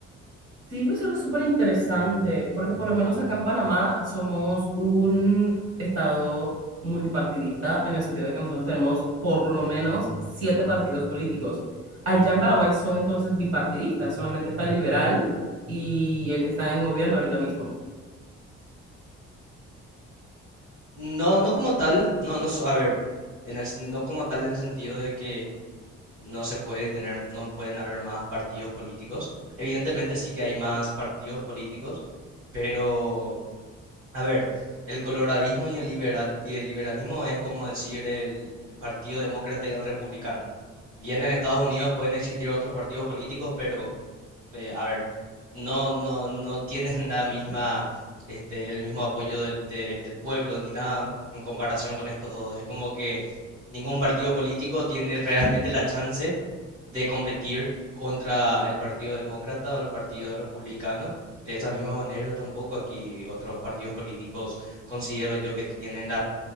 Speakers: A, on the right; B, on the right.
A: Sí, me suena súper interesante, porque por lo menos acá en Panamá somos un estado multipartidista, en el sentido de que nosotros tenemos por lo menos siete partidos políticos. Allá en Paraguay son entonces bipartidistas, solamente está el liberal y el que está en gobierno ahorita mismo.
B: No, no como tal, no, no, so- a ver, en el, no como tal en el sentido de que no se puede tener, no pueden haber más partidos políticos. Evidentemente sí que hay más partidos políticos, pero a ver, el coloradismo y el liberal y el liberalismo es como decir el Partido Demócrata y el Republicano. Bien en Estados Unidos pueden existir otros partidos políticos, pero eh, a ver, no, no, no tienen la misma, este, el mismo apoyo del, de- del pueblo ni nada en comparación con estos dos. Es como que ningún partido político tiene realmente la chance de competir contra el Partido Demócrata o el Partido Republicano. De esa misma manera, tampoco aquí otros partidos políticos considero yo que tienen la,